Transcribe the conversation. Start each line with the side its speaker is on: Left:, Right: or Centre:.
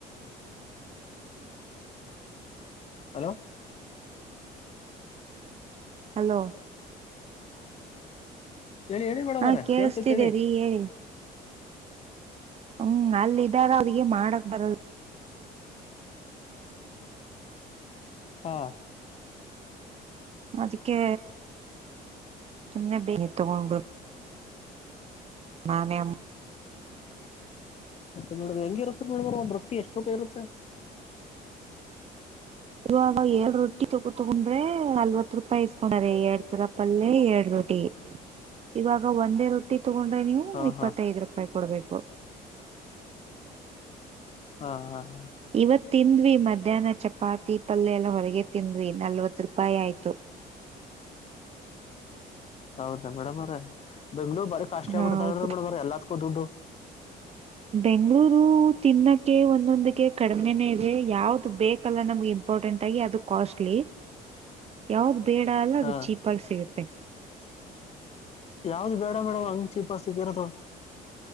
Left: ಹಲೋ
Right: ಹಲೋ
Left: ಹೇಳಿ ಹೇಳಿ ಬೇಡವರ
Right: ಹಾ ಕೇಳಿಸ್ತಿದೆ
Left: ಕೇಳಳ್ಸತಿ ಹೇಳಿ
Right: ರೀ ಹೇಳಿ ಹ್ಮ್ ಅಲ್ಲ ಇದಾರ ಅವ್ರಿಗೆ ಮಾಡಕ್ ಬರಲ್
Left: ಹಾ
Right: ಅದಕ್ಕೆ ಸುಮ್ಮನೆ ಬೇಿ ತಗೊಂಡು ನಾನೇ
Left: ಹೌದ ನೋಡ ಹೆಂಗಿ ಇರುತ್ತರಿ ನೋಡ್ರ ಒಂದ್ ರೊಟ್ಟಿ ಎಷ್ಟ ರೂಪಾಯಿ ಇರುತ್ತೆ
Right: ಇವಾಗ ಎಏಡ್ ರೊಟ್ಟಿ ತಗೋ ತಗೊಂಡ್ರೆ ನಲ್ವತ್ ರೂಪಾಯಿ ಇಸ್ಕೊಂಡಾರೆ ಎರಡ್ ಚರಪಲ್ಲ ಎರಡ್ ರೊಟ್ಟಿ ಇವಾಗ ಒಂದೇ ರೊಟ್ಟಿ ತೊಗೊಂಡ್ರೆ ನೀವು
Left: ಹಾ
Right: ಇಪ್ಪತ್ತೈದು
Left: ಹಾ
Right: ರೂಪಾಯಿ ಕೊಡ್ಬೇಕು
Left: ಹಾ ಹಾ ಹಾ
Right: ಇವತ್ ತಿಂದ್ವಿ ಮಧ್ಯಾಹ್ನ ಚಪಾತಿ ಪಲ್ಯ ಎಲ್ಲ ಹೊರಗೆ ತಿಂದ್ವಿ ನಲ್ವತ್ ರೂಪಾಯಿ ಆಯ್ತು
Left: ಹೌದಾ ಮೇಡಮ್ರ ಬೆಂಗ್ಳೂರು ಬಾರಿ ಕಾಶಟ್ಲಿ ಆಗ್ಬಿಡ್ತೇಡ
Right: ಹೌದು
Left: ಬರ ಎಲ್ಲತ್ ಕೂ ದುಡ್ಡು
Right: ಬೆಂಗಳೂರು ತಿನ್ನಕ್ಕೆ ಒಂದೊಂದಕ್ಕೆ ಕಡಿಮೆನ ಇದೆ ಯಾವ್ದು ಬೇಕಲ್ಲ ನಮ್ಗೆ ಇಂಪಾರ್ಟೆಂಟ್ ಆಗಿ ಅದು ಕಾಸ್ಟ್ಲಿ ಯಾವ್ದ ಬೇಡ ಅಲ್ಲ
Left: ಹಾ
Right: ಅದು ಚೀಪ್ ಆಗ ಸಿಗುತ್ತೆ
Left: ಯಾವ್ದ್ ಬೇಡ ಮೇಡಮ್ ಅಂಗ ಚಿಪಸ್ಕ್ಕಿರದು